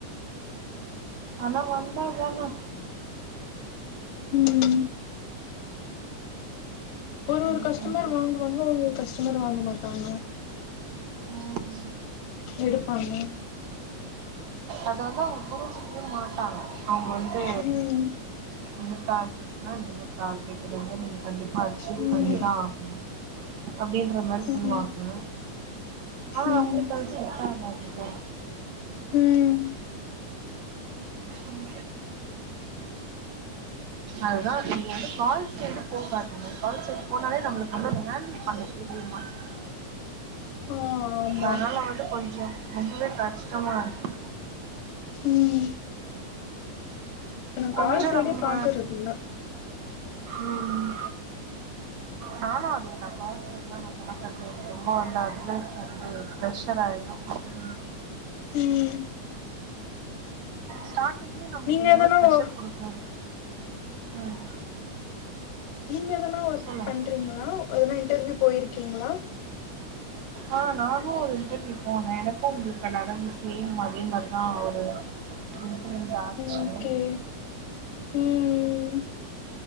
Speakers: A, on the right; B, on the left.
A: ஆனா வந்தா தான
B: ம் ம் ஒரு
A: என்ன
B: ஒரு கஸ்டமர்
A: பண்றது
B: வாங்குவாங்க ஒரு ஒரு கஸ்டமர் வாங்க மாட்டாங்க
A: ஆ ம்
B: எடுப்பாங்க
A: அத வந்து அவங்க புரிஞ்சுக்கவே மாட்டாங்க அவங்க வந்து
B: ம்
A: இந்த டார்கெட்னா இந்த மாரி டார்கெட்டு வந்து நீங்க கண்டிப்பா அச்சுவ்
B: ம்
A: பண்ணித்தா ஆகணு அப்டின்ற மாரி
B: ம்
A: சொல்லுவாங்க ஆமா
B: ம்
A: நம்ளுக்கு அது செட் ஆகாதுல்ல
B: ம்
A: ம் அதுதா நீங்க வந்து கால் சைடு போகாதிங்க கால் சைட் போனாலே நம்ளுக்கு வந்து யர்ன் பண்ண இது மாத்திக்கோ
B: ஆ ஆமா
A: அதனால வந்து கொஞ்சோ ரொம்பவே கஷ்டமா இருக்கு
B: ம் நா
A: கொஞ்சோ
B: கால் சைடே
A: நம்ம
B: பாக்குறதில்ல
A: ம் நானு அதே தா கால் சைட் ஏற்கனவே நா பாக்கற்தே ரொம்ப ரொம்ப ரொம்பவே வந்து ப்ரெஷர் ஆயிடும் ம்
B: ம்
A: ஸ்டார்டிங்கிலே நம்ளுக்கு
B: நீங்க
A: இந்த
B: எதனா
A: மாரி ப்ரஷர்
B: ஒ-
A: குடுக்கனு ம்
B: நீங்க எதனா ஒர்க்
A: சொல்லுங்க
B: பண்றீங்ளா எதனா இன்டர்வியூ போயிருக்கீங்ளா
A: ஆ நானு ஒரு இன்டர்வியூ போன எனக்கும் உங்ளுக்கு நடந்த சேம் அதே மாரிதா ஒரு இன்ஸ்சிரன்ட் ஆச்சு
B: ஓகே ம்